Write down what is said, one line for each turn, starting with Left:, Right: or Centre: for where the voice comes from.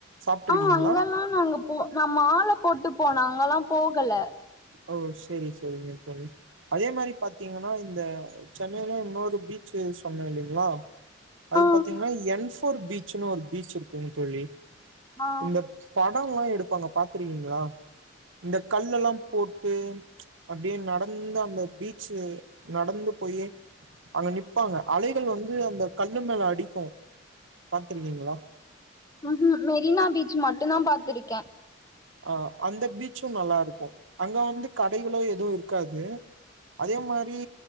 Right: சாப்ட்டுருக்கீங்களா
Left: ஆ அங்கலா நாங்க போ நா மால போட்டு போன அங்கலா போகல
Right: ஓ செரி செரிங்க தோழி அதே மாறி பாத்தீங்கன்னா இந்த சென்னையிலயே இன்னொரு பீச்சு சொன்னே இல்லைங்களா அது
Left: ஆ
Right: பாத்தீங்கன்னா என் போர் பீச்னு ஒரு பீச் இருக்குங்கு தோழி
Left: ஆ
Right: இந்த படொலா எடுப்பாங்க பாத்துருக்கீங்களா இந்த கல்லெல்லா போட்டு அப்டியே நடந்து அந்த பீச்சு நடந்து போயே அங்க நிப்பாங்க அலைகள் வந்து அந்த கல்லு மேல அடிக்கோ பாத்துருக்கீங்களா
Left: ம் ம் மெரினா பீச் மட்டுந்தா பாத்திருக்கே
Right: அ அந்த பீச்சு நல்லா இருக்கு அங்க வந்து கடைகளு எதுவு இருக்காது அதே மாரி